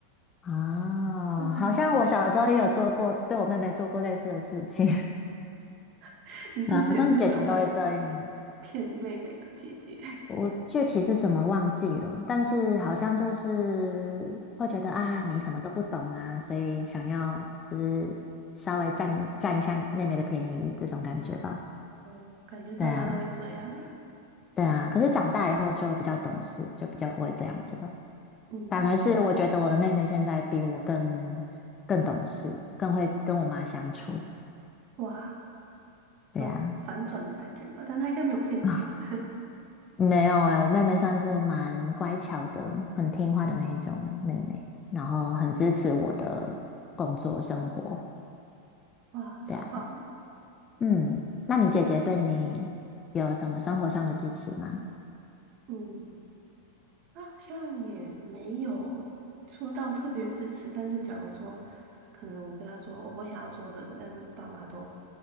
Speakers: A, on the left; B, on the right.
A: 啊，
B: 对啊，
A: 好像我小时候也有做过，对我妹妹做过类似的事情，
B: <laughs>
A: <laughs>
B: 你是不是也是那种会
A: 啊，好像姐姐都会这样。
B: 骗妹妹的姐姐？<laughs>
A: 我具体是什么忘记了，但是好像就是会觉得啊，你什么都不懂啊，所以想要就是稍微占占一下妹妹的便宜这种感觉吧。
B: 哦，感觉大家都会这样诶
A: 对啊，对啊。可是长大以后就比较懂事，就比较不会这样子了。
B: 嗯，
A: 反而是我觉得我的妹妹现在比我更更懂事，更会跟我妈相处。
B: 哇，
A: 对呀，
B: 那种反转的感觉吧，但他应该没有骗你吧？
A: 啊 <laughs> 没有哎、我妹妹算是蛮乖巧的，很听话的那一种妹妹，然后很支持我的工作生活。
B: <laughs> 哇，超棒的，
A: 对啊，嗯，那你姐姐对你有什么生活上的支持吗？
B: 嗯。他好像也没有说到特别支持，但是假如说，可能我跟他说，哦我想要做这个，但是我爸妈都